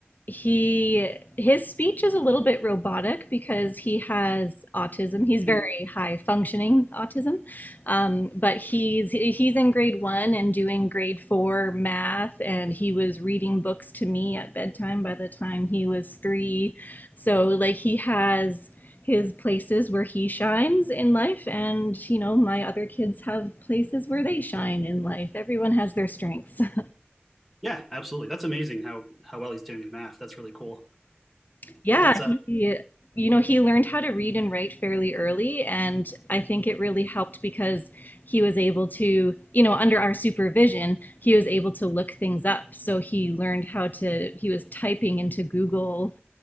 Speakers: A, on the left; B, in the centre.
A: he his speech is a little bit robotic because he has autism. He's very
B: <laughs>
A: high functioning autism. Um, but he's he's in grade one and doing grade four math, and he was reading books to me at bedtime by the time he was three. So like he has his places where he shines in life, and you know my other kids have places where they shine in life. Everyone has their strengths. <laughs>
B: yeah absolutely that's amazing how how well he's doing in math that's really cool
A: Yeah,
B: that's uh
A: he, you know, he learned how to read and write fairly early, and I think it really helped because he was able to, you know, under our supervision, he was able to look things up. So he learned how to, he was typing into Google